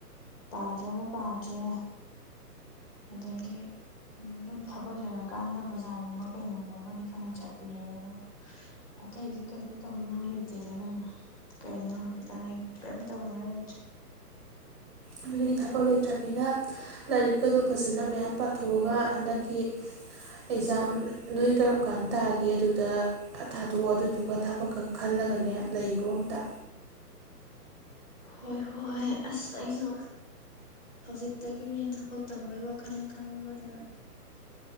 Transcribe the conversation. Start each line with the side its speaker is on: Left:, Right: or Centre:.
Left: ꯄꯥꯗ꯭ꯔꯒ ꯄꯥꯗ꯭ꯔꯦ ꯑꯗꯒꯤ ꯑꯗꯨꯝ ꯊꯕꯛ ꯂꯩꯔꯀꯥꯟꯗ ꯕꯖꯥꯔꯒꯨꯝꯕ ꯀꯩꯒꯨꯝꯕꯕꯨꯗꯤ ꯈꯔ ꯆꯠꯂꯦ ꯑꯗꯣ ꯑꯇꯩꯗꯤ ꯀꯩꯁꯨ ꯇꯧꯅꯤꯡꯉꯥꯏ ꯂꯩꯇꯦꯗ ꯅꯪ ꯀꯩꯅꯣ ꯍꯧꯖꯤꯛꯀꯥꯟ ꯑꯩ ꯀꯔꯤꯝ ꯇꯧꯅꯤꯡꯉꯥꯏ ꯂꯩꯇ꯭ꯔꯦ
Right: ꯑꯗꯨꯒꯤꯗꯤ ꯊꯕꯛ ꯂꯩꯇ꯭ꯔꯅꯤꯅ ꯂꯥꯏꯔꯤꯛꯀꯗꯣ ꯐꯖꯅ ꯃꯌꯥꯝ ꯄꯥꯊꯣꯛꯑꯒ ꯍꯟꯗꯛꯀꯤ ꯑꯦꯛꯖꯥꯝ ꯅꯣꯏ ꯀꯔꯝ ꯀꯥꯟ ꯇꯥꯒꯦ ꯑꯗꯨꯗ ꯊꯥꯗꯣꯛꯑꯣ ꯑꯗꯨꯗꯨꯒ ꯊꯕꯛꯀ ꯈꯜꯂꯒꯅꯦ ꯂꯩꯈ꯭ꯔꯣ ꯑꯝꯇ
Left: ꯍꯣꯏ ꯍꯣꯏ ꯑꯁ ꯑꯩꯁꯨ ꯍꯧꯖꯤꯛꯇꯒꯤꯅꯦ ꯊꯕꯛ ꯇꯧꯕꯩ ꯋꯥꯈꯜ ꯈꯟꯕꯗ